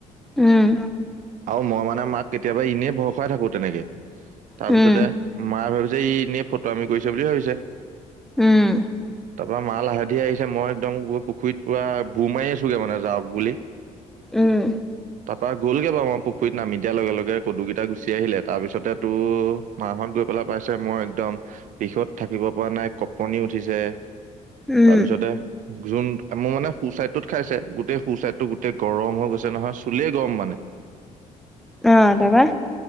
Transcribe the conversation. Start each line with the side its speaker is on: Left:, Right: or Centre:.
Centre: উম,
Right: আৰু মই মানে মাক কেতিয়াবা ইনেই ভয় খুৱাই থাকো তেনেকে তাৰপিছতে
Centre: উম
Right: মায়ে ভাবিছে ই এনেই ফতোআমি কৰিছে বুলি ভাবিছে।
Centre: উম
Right: তাৰপৰা মা লাহে ধীৰে আহি ছে মই একদম পুখুৰীত পুৰা বুৰ মাৰি আছোগে মানে যাও বুলি।
Centre: উম
Right: তাৰ পৰা গ'লগৈ। আমাৰ পুখুৰীত নামি দিয়া লগে লগে কদু কেইটা গুচি আহিলে তাৰ পিছতে তোৰ মাহত গৈ পেলাই তাৰপিছত মই একদম বিষত থাকিব পৰা নাই কপনি উঠিছে
Centre: উম
Right: তাৰপিছতে যোন মোৰ মানে সো চাইডটোত খাইছে গোটেই সো চাইডটো গোটেই গৰম হৈ গৈছে নহয় চুলেই গৰম মানে
Centre: অ তাপা